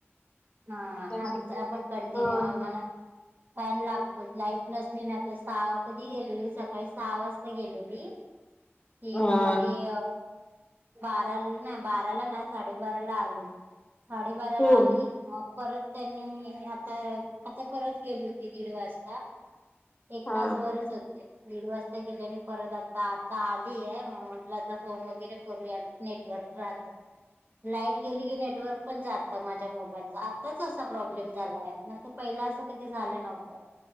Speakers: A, on the right; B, on the left.
A: हा
B: न
A: आमचा पण कंटिन्यू आम्हाला फॅन लागतोच लाईट नसली ना आता सहा कधी गेलेली सकाळी सहा वाजता गेलेली. ती
B: हा
A: दुपारी अ बारा नाही बाराला नाही साडेबाराला आली साडेबाराला
B: फोन
A: आली. मग परत त्यांनी आता आता परत गेली होती दीड वाजता. एक
B: हा
A: तासभरच होती. दीड वाजता गेली आणि परत आता आता आली आहे मग म्हंटल आता फोन वगैरे करूया. नेटवर्क राहत. लाईट गेली की नेटवर्क पण जात माझ्या मोबाईलचा आत्ताच असा प्रॉब्लेम झालाय. नाही तर पहिल अस कधी झाल नव्हत.